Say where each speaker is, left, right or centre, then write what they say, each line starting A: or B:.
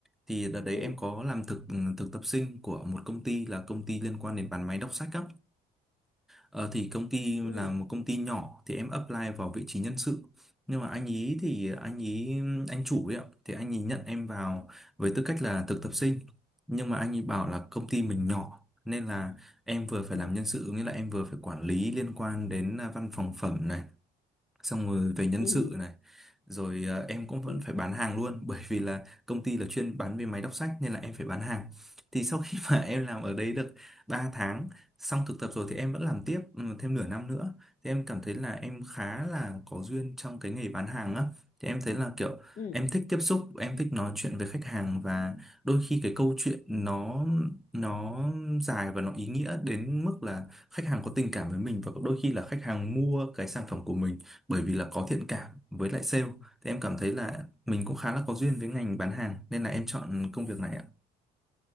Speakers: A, in the centre; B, on the left.
A: thì đợt đấy
B: ừ,
A: em có làm thực ừ, thực tập sinh của một công ty là công ty liên quan đến bán máy đọc sách á ờ, thì công ty là
B: ừ,
A: một công ty nhỏ thì em apply vào vị trí nhân sự nhưng mà anh ý thì anh ý anh chủ ấy ạ thì anh ý nhận em vào với tư cách là thực tập sinh nhưng mà anh ý bảo là công ty mình nhỏ nên là em vừa phải
B: ừ,
A: làm nhân sự nghĩa là em vừa phải quản lý liên quan đến à, văn phòng phẩm này xong rồi về nhân
B: ừ,
A: sự này rồi ờ, em cũng vẫn
B: ừ,
A: phải bán hàng luôn <laughs> bởi vì là công ty là chuyên bán về máy đọc sách nên là em phải bán hàng thì sau khi mà <laughs> em làm ở đấy được ba tháng xong thực tập rồi thì em vẫn làm tiếp ừ, thêm nửa năm nữa thì em cảm thấy là em khá là có duyên trong cái nghề bán hàng á thì em thấy là kiểu
B: ừ.
A: em thích tiếp xúc em thích nói chuyện với khách hàng và đôi khi cái câu chuyện nó nó dài và nó ý nghĩa đến mức là khách hàng có tình cảm với mình và đôi khi là khách hàng mua cái sản phẩm của mình bởi vì là có thiện cảm với lại sale thì em cảm thấy là mình cũng khá là có duyên với ngành bán hàng nên là em chọn công việc này ạ